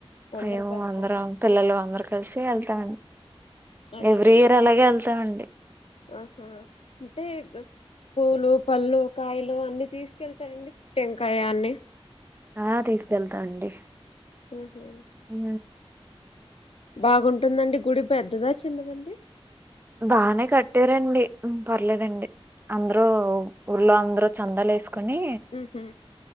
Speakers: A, on the left; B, on the right.
A: అందరు
B: మేము
A: కలిసారు
B: అందరం పిల్లలు అందరు కలిసి వెళ్తామండి
A: అదేనండి
B: ఎవ్రీ ఇయర్ అలాగే వెళ్తామండి
A: ఆహా అంటే పూలు పళ్ళు కాయలు అన్ని తీసుకెళ్తారండి టెంకాయ అన్ని
B: ఆ తీసుకెళ్తా అండి.
A: ఊహు.
B: ఊ
A: బాగుంటుందండి గుడి పెద్దదా చిన్నదండి
B: బానే కట్టారండి పర్లేదండి ముంద్ర ఊర్లో ఆంధ్రు చందాల వేస్క అని
A: ఉహు